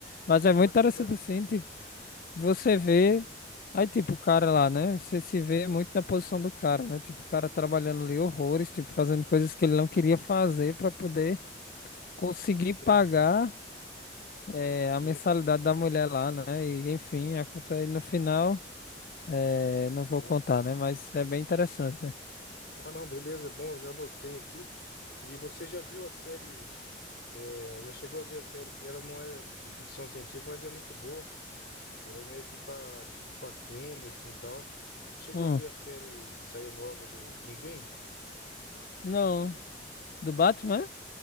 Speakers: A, on the left; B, on the left.
A: Mas é muito
B: Bacana,
A: interessante
B: eu já-
A: assim, tipo, você vê, aí tipo, o cara lá, né? Você se vê muito na posição do cara, né? Tipo, o cara trabalhando ali horrores, tipo, fazendo coisas que ele não queria fazer pra poder conseguir
B: entendi.
A: pagar eh,
B: Sim,
A: a mensalidade da mulher lá, né? E enfim, acontece, no final, eh, não vou
B: é.
A: contar, né? Mas é bem interessante, velho.
B: Ah, não, beleza, é bom, eu já anotei aqui. E você já viu a série? É, já chegou a ver a série que ela não é de ficção científica, mas é muito boa. Ela é meio para tipo para crime assim e tal. Você chegou
A: Hum.
B: a ver a série que saiu nova do Pinguim?
A: Não, do Batman?